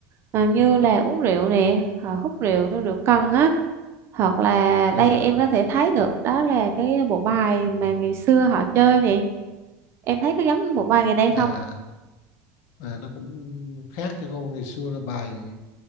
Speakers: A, on the right; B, on the left.
A: À, như là uống rượu nè, họ hút rượu, rượu cần á hoặc là
B: à,
A: đây em có thể thấy được đó là cái bộ bài mà ngày xưa họ chơi nè em thấy có giống bộ bài ngày nay
B: à.
A: không
B: à, nó cũng khác cái cô ngày xưa là bài